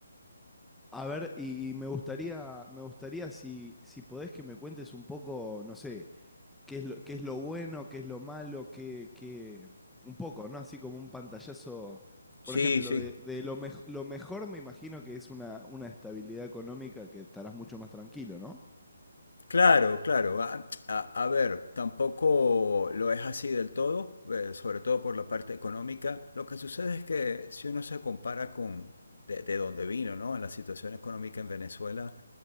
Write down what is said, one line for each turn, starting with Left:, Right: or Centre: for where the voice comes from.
Centre: A ver, y, y me gustaría, me gustaría si, si podés que me cuentes un poco, no sé, qué es lo, qué es lo bueno, qué es lo malo, qué, qué, un poco, ¿no? Así como un pantallazo,
Left: Sí,
Centre: por ejemplo,
Left: sí.
Centre: de, de lo, mej- lo mejor me imagino que es una, una estabilidad económica que estarás mucho más tranquilo, ¿no?
Left: Claro, claro. A, a- a ver, tampoco lo es así del todo, eh, sobre todo por la parte económica. Lo que sucede es que si uno se compara con de, de dónde vino, ¿no? En la situación económica en Venezuela,